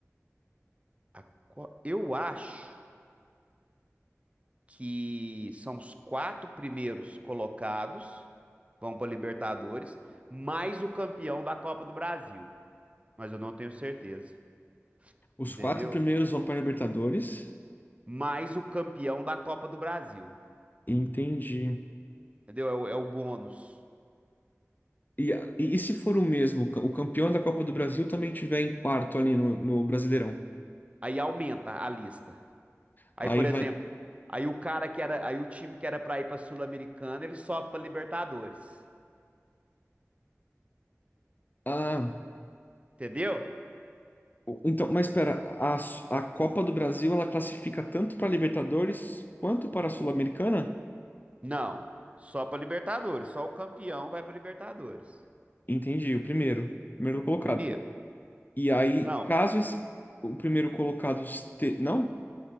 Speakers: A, on the right; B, on the left.
A: A co- Eu acho. que são os quatro primeiros colocados, vão para Libertadores, mais o campeão da Copa do Brasil. Mas eu não tenho certeza,
B: Os
A: entendeu?
B: quatro primeiros vão para Libertadores.
A: Mais o campeão da Copa do Brasil,
B: Entendi.
A: entendeu? É o, é o bônus.
B: E, e, e se for o mesmo, o campeão da Copa do Brasil também tiver em quarto ali no, no Brasileirão?
A: Aí aumenta a lista. Aí,
B: Aí
A: por
B: vai.
A: exemplo, aí o cara que era, aí o time que era para ir para Sul-Americana, ele sobe para Libertadores,
B: Ah,
A: entendeu?
B: então, mas espera, a, S- a Copa do Brasil ela classifica tanto para Libertadores quanto para a Sul-Americana?
A: Não, só para Libertadores, só o campeão vai para Libertadores.
B: Entendi, o primeiro, primeiro colocado.
A: O primeiro?
B: E aí,
A: Não,
B: caso esse, o primeiro colocado este, não?